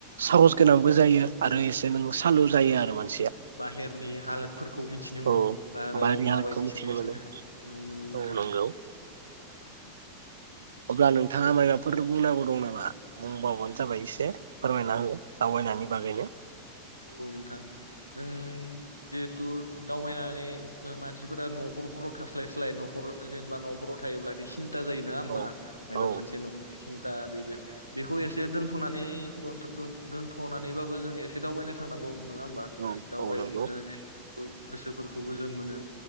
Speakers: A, on the right; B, on the left.
A: साहस गोनांबो जायो आरो
B: औ
A: एसे नों सालु जायो आरो माने
B: बाहेरनि हालोदफोरखौ मिनथिनो मोनो
A: औ
B: बाहेराव
A: बारि
B: माबायदि
A: हालोदखौ मिथिनो
B: सोलिगासिनो
A: मोनो
B: बेखौ नंगौ नोंथां।
A: औ नंगौ अब्ला नोंथाङा माइबाफोर बुंनांगौ दं नामा बुंबावबानो जाबाय एसे फोरमायना हो दावबायनायनि बागैनो।
B: औ नोंथां जों जिहेथु दावबायनानै मानसिफोरा न'खरफोराव थास्लाय स्लाय न'खर जेनेबा न'फोराव थायोब्लाथाय सिन था जायो नङा होमबा
A: औ
B: मायबा
A: औ
B: मोनसे नख सिन्था बेबो बेखौ एसे दोनथ'नानै दोनथ'नानैबाबो जों एसे एसे दावबायनो थांनांगौ। नङा होमबा
A: औ
B: दावबायो
A: औ नंगौ
B: <unintelligible> गो गोसोफोरखौ गोजोन मोनो